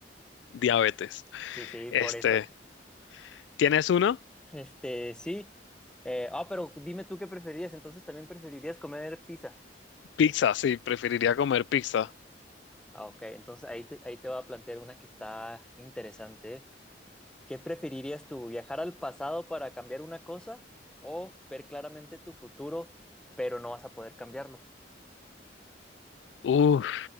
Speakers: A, on the left (about 85°); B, in the centre.
A: diabetes.
B: sí, sí,
A: Este,
B: por eso.
A: ¿Tienes uno?
B: Este, sí. Eh, ah, pero dime tú qué preferirías, entonces también preferirías comer pizza.
A: Pizza, sí, preferiría comer pizza.
B: Ah, ok, entonces ahí te, ahí te voy a plantear una que está interesante. ¿eh? ¿Qué preferirías tú, viajar al pasado para cambiar una cosa o ver claramente tu futuro, pero no vas a poder cambiarlo?
A: Uf,